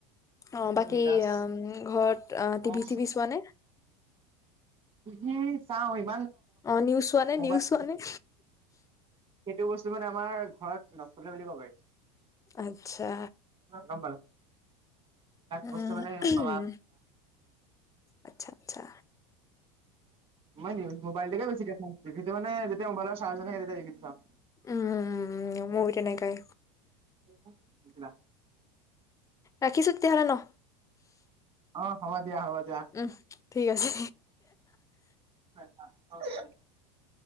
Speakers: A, on the left (about 20°); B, on the right (about 30°).
A: অ',
B: একদম
A: বাকী
B: বিন্দাছ।
A: আম ঘৰত আ,
B: টিভি
A: টিভি-টিভি চোৱা নে?
B: <unintelligible>
A: অ' নিউজ চোৱানে?
B: মোবাইল
A: নিউজ চোৱানে?
B: সেইটো বস্তু মানে আমাৰ ঘৰত নফুলে বুলি ক'ব পাৰি।
A: আচ্ছা
B: গমল
A: উম।
B: বস্ত মানে চলা
A: আচ্ছা আচ্ছা
B: ম‌ই মিউ মোবাইলটোকে বেছি দেখু, টিভিটো মানে যেতিয়া মোবাইলৰ চাৰ্জ নাথাকে, তেতিয়া টিভিত চা‌ওঁ।
A: উম ময়ো তেনেকুৱাই।
B: <unintelligible>
A: ৰাখিছো তেতিয়াহলে ন?
B: অ' হব। দিয়া হ'ব দিয়া।
A: উম ঠিক আছে।
B: অ'।